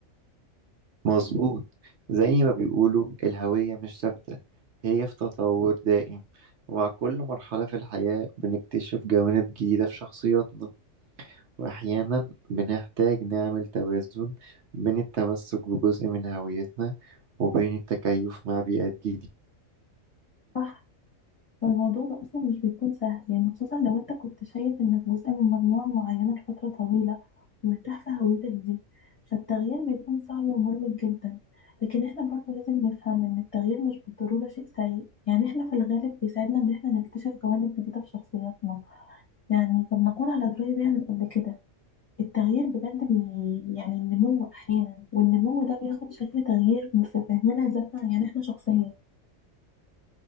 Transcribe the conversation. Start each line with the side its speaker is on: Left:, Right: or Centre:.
Right: مظبوط زي ما بيقولوا الهوية مش ثابتة هي في تطور دائم ومع كل مرحلة في الحياة بنكتشف جوانب جديدة في شخصياتنا وأحيانا بنحتاج نعمل توازن بين التمسك بجزء من هويتنا وبين التكيف مع بيئات جديدة
Left: صح والموضوع ده أصلا مش بيكون سهل يعني خصوصا لو أنت كنت شايف إنك جزء من مجموعة معينة لفترة طويلة ومرتاح في هويتك دي فالتغيير بيكون صعب ومربك جدا لكن احنا برضو لازم نفهم إن التغيير مش بالضرورة شيء سيء يعني احنا في الغالب بيساعدنا إن احنا نكتشف جوانب جديدة في شخصياتنا يعني طب نكون على دراية بيها من قبل كده التغيير بجد بي... يعني النمو أحيانا والنمو ده بياخد شكل تغيير في فهمنا لذاتنا يعني احنا شخصيا